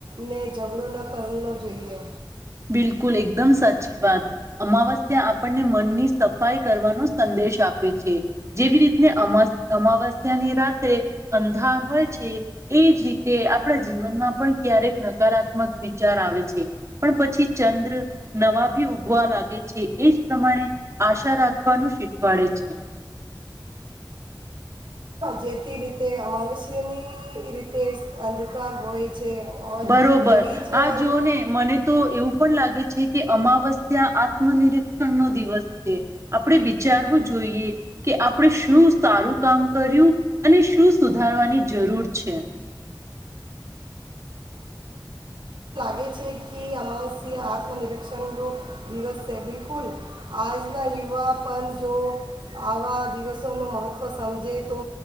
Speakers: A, on the right (about 80°); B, on the right (about 35°).
A: ને ઝઘડો ન કર જોઈએ
B: બિલકુલ એકદમ સાચી વાત અમાવસ્યા આપણને મનની સફાઈ કરવાનો સંદેશ આપે છે જેવી રીતને અમાવસ્યાની રાત્રે અંધાર હોય છે એજ રીતે આપણા જીવનમાં પણ ક્યારેક નકારાત્મક વિચાર આવે છે પણ પછી ચંદ્ર નવા ભી ઉગવા લાગે છે એ જ પ્રમાણે આશા રાખવાનું શીખવાડે છે
A: જેથી રીતે અમાવસ્યની રીતે અંધકાર હોય છે ઓર
B: બરોબર
A: એવી જ
B: આ જોઓ
A: રી-
B: ને મને તો એવું પણ લાગે છે કે અમાવસ્યા આત્મ નિરીક્ષણ નો દિવસ છે આપણે વિચારવું જોઈએ કે આપણે શું સારું કામ કર્યું અને શું સુધારવાની જરૂર છે
A: લ છે કે અમાવસ્ય આત્મનિરીક્ષણનો દિવસ છે બિલકુલ આજના યુવા પણ જો આવા દિવસોનું મહત્ત્વ સમજે તો